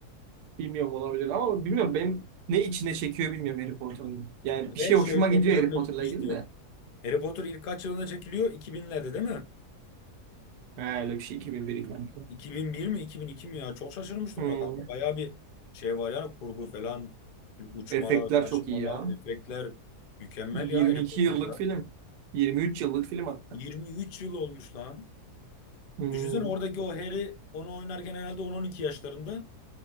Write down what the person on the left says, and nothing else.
Ve
şey
çok
garibime
gitmişti.
Harry Potter ilk kaç yılında çekiliyor? 2000'lerde değil mi?
2001 mi 2002 mi ya? Çok şaşırmıştım
ona kanka. Bayağı bir şey var yani kurgu falan. Uçmalar,
kaçmalar,
efektler. Mükemmel ya
Harry Potter'da.
23 yıl olmuş lan.
Düşünsene oradaki o Harry onu oynarken herhalde 10-12 yaşlarında.